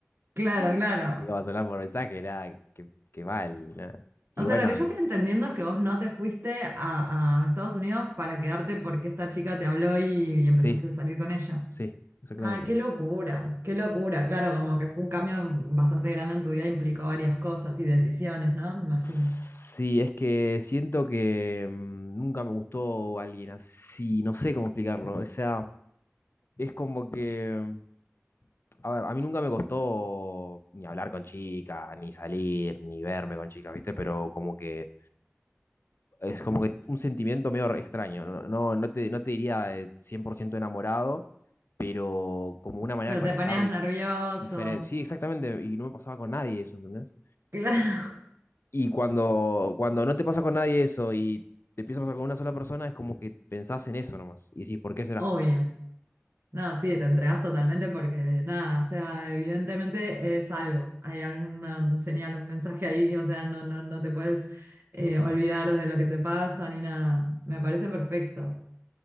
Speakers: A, on the right; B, on the left.
A: Claro, claro.
B: <laughs> Le Iba a sonar por mensaje, nada, que, que mal, nada. Y
A: O
B: bueno,
A: sea, lo que yo estoy entendiendo es que vos no te fuiste a, a Estados Unidos para quedarte porque esta chica te habló y, y empezaste
B: sí,
A: a salir con ella.
B: sí, exactamente.
A: Ah, qué locura, qué locura. Claro, como que fue un cambio bastante grande en tu vida, implicó varias cosas y decisiones, ¿no? Me imagino.
B: Sí, es que siento que mm, nunca me gustó alguien así, no sé cómo explicarlo. O sea. es como que, a ver, a mí nunca me costó ni hablar con chicas, ni salir, ni verme con chicas, ¿viste? Pero como que es como que un sentimiento medio extraño, no, no, no te, no te diría de 100% enamorado, pero como una manera
A: Pero
B: de conectar
A: te ponías nervioso.
B: diferente. Sí, exactamente, y no me pasaba con nadie eso, ¿entendés?
A: Claro,
B: Y cuando, cuando no te pasa con nadie eso y te empieza a pasar con una sola persona, es como que pensás en eso nomás y decís, ¿por
A: <laughs>
B: qué será?
A: obvio. No, sí, te entregas totalmente porque nada, o sea, evidentemente es algo. Hay alguna señal, un mensaje ahí, o sea, no, no, no te puedes eh, olvidar de lo que te pasa ni nada. Me parece perfecto.